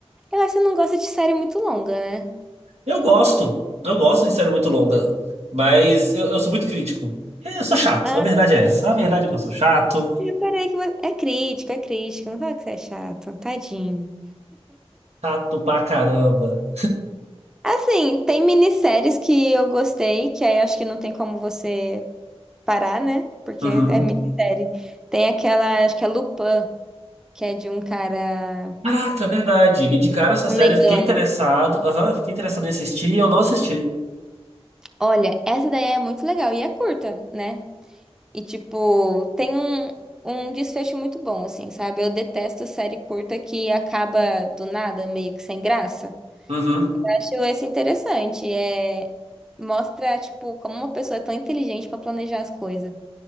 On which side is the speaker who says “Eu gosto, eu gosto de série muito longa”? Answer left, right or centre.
Right